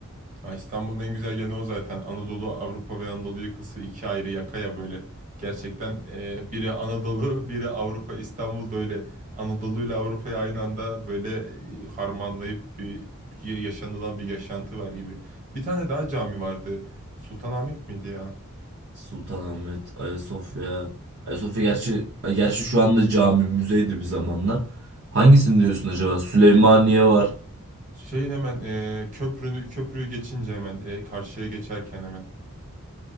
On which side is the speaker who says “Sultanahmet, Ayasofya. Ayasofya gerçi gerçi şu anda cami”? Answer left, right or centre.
Right